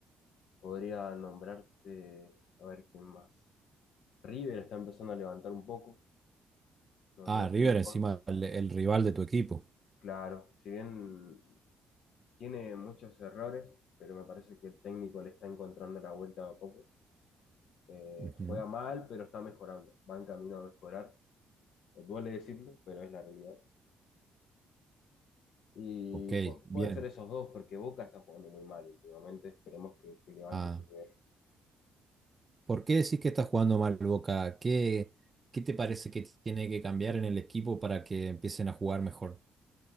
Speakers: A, on the left; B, on the right.
A: Podría nombrarte, a ver quién más. River está empezando a levantar un poco, no,
B: Ah,
A: no es
B: River
A: el mejor.
B: encima, el, el rival de tu equipo.
A: Claro, si bien tiene muchos errores, pero me parece que el técnico le está encontrando la vuelta a poco. Eh,
B: Ujú.
A: juega mal, pero está mejorando, va en camino a mejorar. Eh, duele decirlo, pero es la realidad. Y
B: Ok,
A: pu-
B: bien.
A: puede ser esos dos, porque Boca está jugando muy mal últimamente. Esperemos que, que levante
B: Ah,
A: su nivel.
B: ¿por qué decís que está jugando mal Boca? ¿Qué, qué te parece que tiene que cambiar en el equipo para que empiecen a jugar mejor?